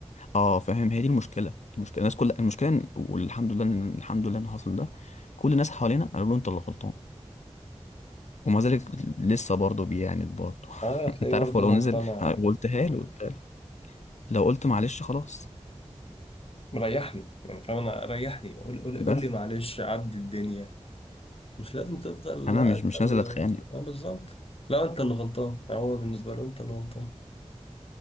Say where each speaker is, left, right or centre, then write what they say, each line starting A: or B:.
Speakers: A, on the left; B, on the left.
A: اه فاهم هي دي المشكله المشكله الناس كل المشكله إن- والحمد لله إن- الحمد لله ان حصل ده كل الناس حوالينا قالوا له انت اللي غلطان ومع ذلك لسه برضه بيعاند برضه <laughs>
B: اه هتلاقيه
A: انت
B: برضه
A: عارف ولو نزل
B: مقتنع
A: قلتها له قلتها له لو قلت معلش خلاص
B: مريحني يعني فاهم انا ريحني قول قول قول
A: بس
B: لي معلش عدي الدنيا مش لازم تفضل
A: انا
B: لا
A: مش
B: انت
A: مش
B: اللي
A: نازل اتخانق
B: اه بالظبط لا انت اللي غلطان يعني هو بالنسبه له انت اللي غلطان